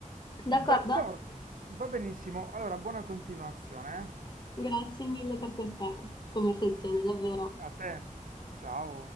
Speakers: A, on the left; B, on the right.
A: D'accordo?
B: d'accordo, va benissimo. Allora, buona continuazione.
A: Grazie
B: eh.
A: mille per questa conversazione,
B: <laughs>
A: davvero.
B: A te, ciao.